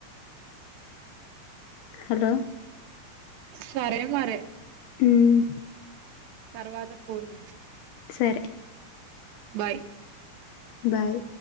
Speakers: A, on the left; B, on the right.
A: హలో
B: సరే మరె
A: హ్మ్
B: తర్వాత ఫోన్ జేస్
A: సరే
B: బాయ్
A: బాయ్